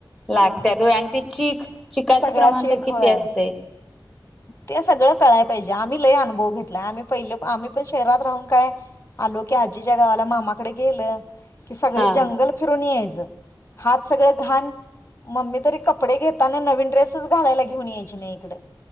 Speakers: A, in the centre; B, on the left (about 30°).
A: लागत्यात होय आणि ते चीक चिकाचं
B: सगळ
A: प्रमाण
B: चिक
A: तर किती
B: होय-
A: असते
B: ते सगळं कळाय पाहिजे. आम्ही लय अनुभव घेतलाय, आम्ही पहिले, आम्ही पण शहरात राहून काय आलो की, आजीच्या गावाला मामाकड गेलं- की सगळ
A: हा
B: जंगल फिरून याय- हात सगळ घाण मम्मी तर कपडे घेताना नवीन ड्रेसच घालायला <unintelligible> <unintelligible> यायची नाही इकड.